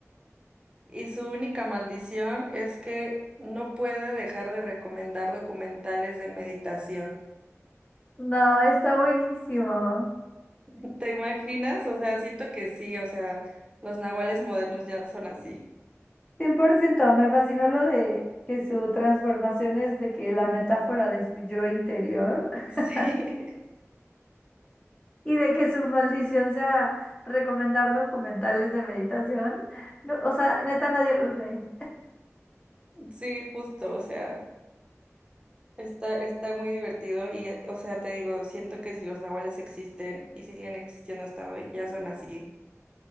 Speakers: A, on the right; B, on the left.
A: y su única maldición es que no puede dejar de recomendar documentales de meditación.
B: no, está buenísimo.
A: <laughs> ¿Te imaginas? O sea, siento que sí, o sea, los nahuales modernos ya son así.
B: cien por ciento me fascinó lo de que su transformación es de que la metáfora de su yo interior <laughs>
A: Sí,
B: y de que su maldición sea recomendar documentales de meditación. No, o sea, neta, nadie los ve.
A: <laughs> sí, justo, o sea, está, está muy divertido y, eh, o sea, te digo, siento que si los nahuales existen y siguen existiendo hasta hoy, ya son así,